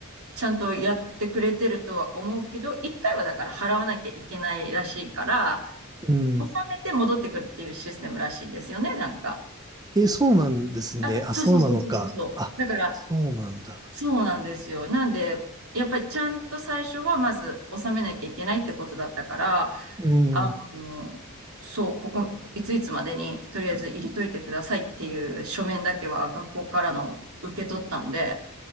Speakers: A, on the right; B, on the right.
A: ちゃんとやってくれてるとは思うけど、一回はだから払わなきゃいけないらしいから、
B: うん。
A: 納めて戻ってくるっていうシステムらしいですよね、なんか。
B: え、そうなんですね。
A: あ、
B: あ、
A: そうそうそうそうそうそう。
B: そうなのか。あ、
A: だから、
B: そうなんだ。
A: そうなんですよ。なんで、やっぱりちゃんと最初はまず納めなきゃいけないってことだったから、
B: うん、
A: あの、そう、ここ、いついつまでにとりあえず入れといてくださいっていう書面だけは学校からの受け取ったんで、